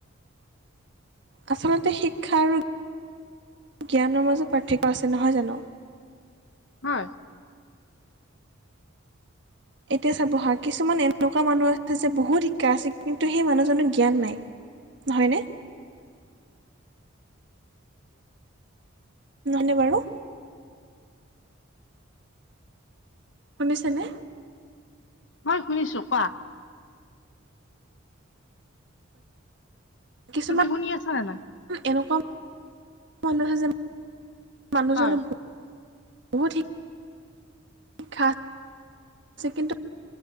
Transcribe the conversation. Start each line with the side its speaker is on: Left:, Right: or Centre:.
Right: আচলতে শিক্ষা আৰু জ্ঞানৰ মাজত পাৰ্থক্য আছে। নহয় জানো?
Left: হয়।
Right: এতিয়া চাব হা কিছুমান এনকুৱা মানুহ আছে যে বহুত শিক্ষা আছে কিন্তু সেই মানুহজনৰ জ্ঞান নাই। নহয় নে?
Left: উ
Right: নহয়নে বাৰু? শুনিছেনে?
Left: হয় শুনিছো কোৱা।
Right: কিছুমান
Left: তুমি শুনি আছা নে নাই?
Right: এনেকুৱা মানুহে যেন মানুহজনৰ
Left: হয়
Right: বহুত শিক্ষা <unintelligible> <unintelligible> কিন্তু